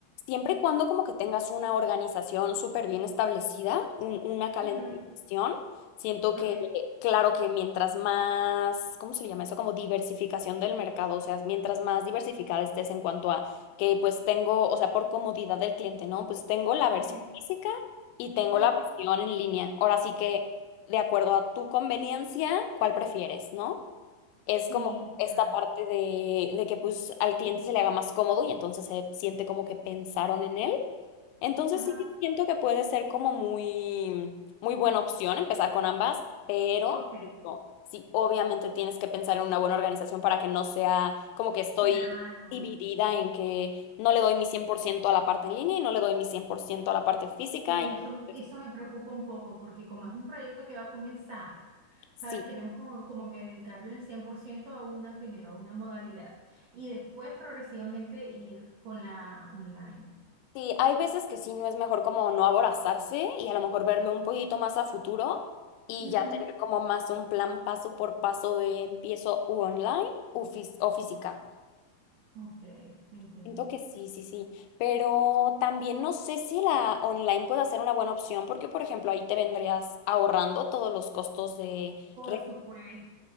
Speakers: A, on the left; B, on the right.
A: Siempre y cuando como que tengas una organización súper bien establecida, un- una calendarización,
B: Ujú,
A: siento
B: Ok,
A: que, claro que mientras más, ¿cómo se le llama eso? Como diversificación del mercado, o sea, mientras más diversificada estés en cuanto a que pues tengo, o sea, por comodidad del cliente, ¿no? Pues tengo la versión
B: ok.
A: física y tengo
B: Ajá.
A: la versión en línea. Ahora sí que, de acuerdo a tu conveniencia, ¿cuál prefieres, no? es
B: Sí,
A: como esta
B: claro.
A: parte de, de que pues al cliente se le haga más cómodo y entonces se siente como que pensaron en él. Entonces
B: Ajá.
A: sí siento que puede ser como muy, muy buena opción empezar con ambas, pero
B: Ok,
A: te digo, sí, obviamente tienes que pensar en una buena organización para que no sea como que estoy
B: claro.
A: dividida en que no le doy mi 100% a la parte en línea y no le doy mi 100% a la parte física.
B: Sí,
A: y-
B: eso, me-
A: entonces,
B: eso me preocupa un poco porque como es un proyecto que va a comenzar, ¿sabes?
A: Sí,
B: Queremos como, como que dedicarle el 100% a una primero, a una modalidad, y después progresivamente ir con la online.
A: Sí, hay veces que sí no es mejor como no aborazarse y a lo mejor verlo un poquito más a futuro y
B: Ujú,
A: ya tener como más un plan paso por paso de empiezo u online u fis- o física.
B: Ok, entiendo.
A: Siento que sí, sí, sí, pero también no sé si la online puede ser una buena opción porque, por ejemplo, ahí te vendrías ahorrando todos los costos de
B: Por
A: renta,
B: supuesto,